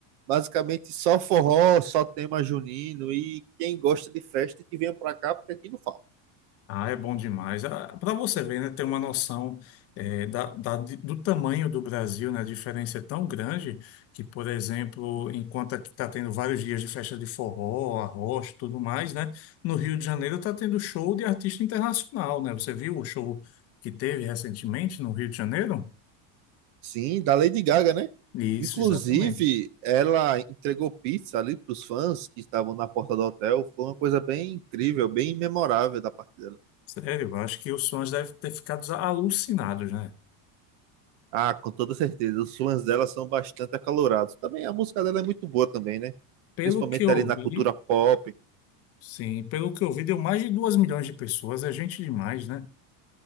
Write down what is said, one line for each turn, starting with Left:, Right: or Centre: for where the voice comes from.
Right: basicamente só forró, só tema junino e quem gosta de festa que venha pra cá, porque aqui não falta.
Left: Ah, é bom demais. para você ver, né, ter uma noção eh, da, da- de- do tamanho do Brasil, né? A diferença é tão grande que, por exemplo, enquanto aqui está tendo vários dias de festa de forró, arroz, tudo mais, né? No Rio de Janeiro está tendo show de artista internacional, né? Você viu o show que teve recentemente no Rio de Janeiro?
Right: Sim, da Lady Gaga, né?
Left: Isso,
Right: Inclusive,
Left: exatamente.
Right: ela entregou pizza ali para os fãs que estavam na porta do hotel. Foi uma coisa bem incrível, bem memorável da parte dela.
Left: Sério, eu acho que os fãs devem ter ficado alucinados, né?
Right: Ah, com toda certeza. Os fãs dela são bastante acalorados. Também a música dela é muito boa também, né?
Left: Pelo
Right: Principalmente
Left: que eu
Right: ali na
Left: vi,
Right: cultura pop.
Left: sim, pelo que eu vi, deu mais de 2 milhões de pessoas, é gente demais, né?